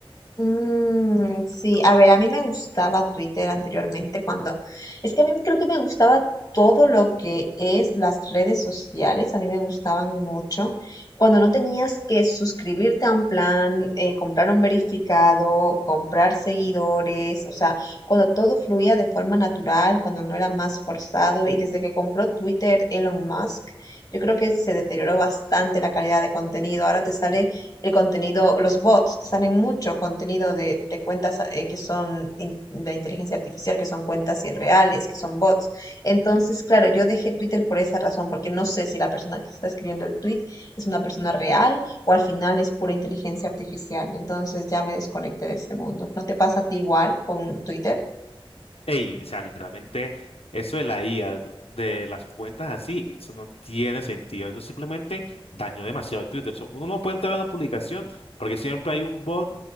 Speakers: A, on the left (about 35°); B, on the left (about 85°).
A: Mm, sí, a ver, a mí me gustaba Twitter anteriormente cuando, es que a mí creo que me gustaba todo lo que es las redes sociales, a mí me gustaban mucho. Cuando no tenías que suscribirte a un plan, eh, comprar un verificado, comprar seguidores, o sea, cuando todo fluía de forma natural, cuando no era más forzado y desde que compró Twitter Elon Musk, yo creo que se deterioró bastante la calidad de contenido. Ahora te sale el contenido, los bots, te salen mucho contenido de, de cuentas eh, que son in- de inteligencia artificial, que son cuentas irreales, que son bots. Entonces, claro, yo dejé Twitter por esa razón, porque no sé si la persona que está escribiendo el tweet es una persona real o al final es pura inteligencia artificial. Entonces ya me desconecté de ese mundo. ¿No te pasa a ti igual con Twitter?
B: Ey, o sea, literalmente, eso de la IA, de las cuentas así, eso no tiene sentido. Eso simplemente dañó demasiado Twitter. Eso, uno no puede entrar a una publicación porque siempre hay un bot